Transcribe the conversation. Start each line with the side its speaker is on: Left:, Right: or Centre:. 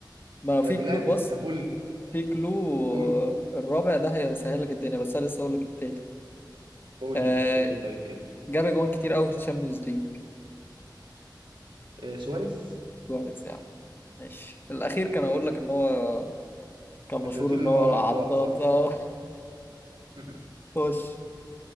Left: ما
Right: طيب
Left: في كلو
Right: اللاعب
Left: بص
Right: طب قول
Left: في كلو
Right: قول
Left: آه، الرابع ده هيسهل لك الدنيا بس أنا لسه هقول لك التالت
Right: قول
Left: آه
Right: لي قول لي طيب كده
Left: جاب جوان كتير قوي في الشامبيونز ليج
Right: آه، سواريز
Left: سواريز يعني ماشي الأخير كان أقول لك إن هو كان
Right: كنت
Left: مشهور
Right: هتقول ان
Left: إن هو
Right: هو العضاد
Left: العضاد
Right: صح؟
Left: آه
Right: <laughs>
Left: خش